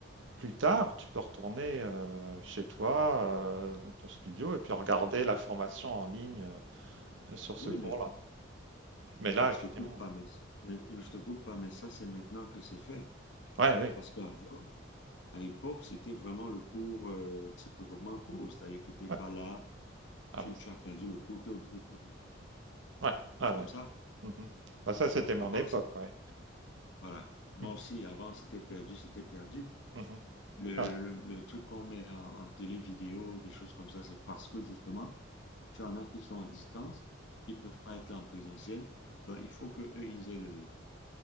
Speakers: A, on the right; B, on the left.
A: Plus tard, tu peux retourner euh, chez toi, euh, dans ton studio, et puis regarder la formation en ligne euh, sur ce
B: Oui,
A: cours-là.
B: mais
A: Mais là,
B: bon, je
A: effectivement.
B: te coupe pas, mais, c'est- mais je te coupe pas, mais ça, c'est maintenant que c'est fait.
A: Ouais, oui.
B: Parce qu'avant, à l'époque, c'était vraiment le cours euh, type comme un cours. C'est-à-dire que tu n'es
A: Ouais.
B: pas là,
A: Ah
B: tu,
A: bah, ça-
B: tu as perdu le cours, tu es obligé de faire
A: ouais.
B: quelque chose
A: Ah
B: comme
A: ouais.
B: ça.
A: Mhm. Bah, ça, c'était
B: A-
A: mon
B: Avant,
A: époque,
B: c'est
A: ouais.
B: voilà. Moi
A: Mm.
B: aussi, avant, c'était perdu, c'était perdu.
A: Mhm.
B: Le,
A: Ah, ouais.
B: le, le truc qu'on met en, en télé vidéo, des choses comme ça, c'est parce que justement, Tu en as qui sont à distance, qui ne peuvent pas être là en présentiel. Donc, il faut qu'eux, ils aient le,